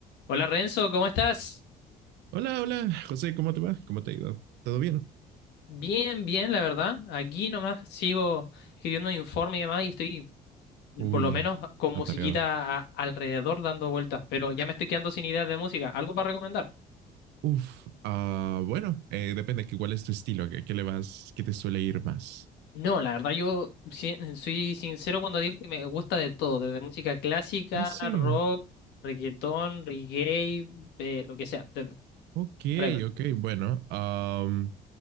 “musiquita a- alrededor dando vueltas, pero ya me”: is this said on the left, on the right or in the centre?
Left